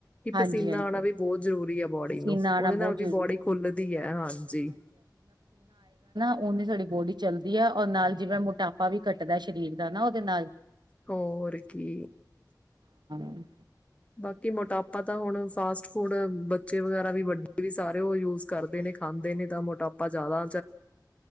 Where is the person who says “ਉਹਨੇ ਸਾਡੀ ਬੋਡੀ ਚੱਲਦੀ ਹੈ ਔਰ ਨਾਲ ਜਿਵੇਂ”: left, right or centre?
Right